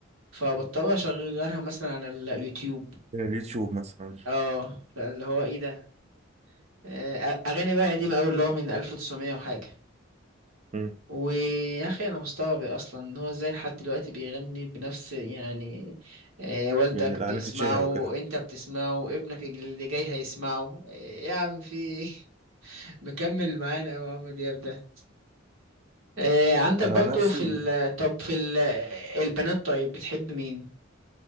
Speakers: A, on the right; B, on the right.
A: فبضطر اشغلها مثلا على ال- اليوتيوب
B: اليوتيوب مثلا
A: اه فاللي هو ايه ده آه، اغاني بقى قديمه قوي اللي هو من 1900 وحاجه
B: م.
A: ويا اخي انا مستغرب اصلا ان هو ازاي لحد دلوقتي بيغني بنفس يعني آه، والدك
B: يعني الاعلانات
A: بيسمعه
B: تتشهر وكده
A: انت بتسمعه ابنك اللي جاي هيسمعه آه، يا عم في إيه؟ <laughs> مكمل معانا أوي عمرو دياب ده آه، عندك
B: انا
A: برضه
B: عن نفسي
A: في ال... طب في ال... البنات طيب بتحب مين